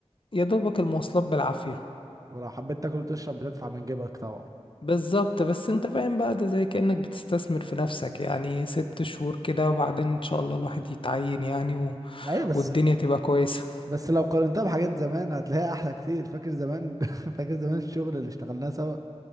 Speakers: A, on the left; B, on the right.
A: يا دوبك المواصلات بالعافية
B: ولو حبيت تاكل وتشرب بتدفع من جيبك طبعا
A: بالظبط بس انت فاهم بقى ده زي كأنك بتستثمر في نفسك يعني ست شهور كده وبعدين ان شاء الله الواحد يتعين يعني و...
B: ايوه بس
A: والدنيا تبقى كويسة
B: بس لو قارنتها بحاجات زمان هتلاقيها احلى كتير فاكر زمان <laughs> فاكر زمان الشغل اللي اشتغلناه سوا